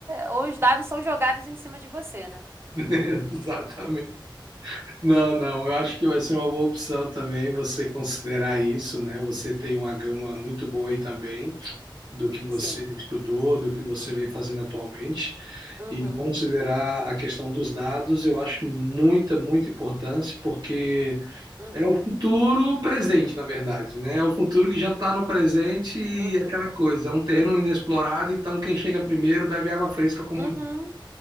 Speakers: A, on the right; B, on the right.
A: Ou os dados são jogados em cima de você, né?
B: <laughs> Exatamente. Não, não, eu acho que vai ser uma boa opção também você considerar isso, né? Você tem uma gama muito boa aí também do que você
A: Sim.
B: estudou, do que você vem fazendo atualmente.
A: Uhum,
B: E considerar a questão dos dados, eu acho muita, muita importância, porque
A: uhum,
B: É o futuro presente, na verdade, né? É o futuro que já está no presente e
A: uhum,
B: aquela coisa. É um terreno inexplorado, então quem chega primeiro bebe água fresca, como
A: uhum.
B: diz.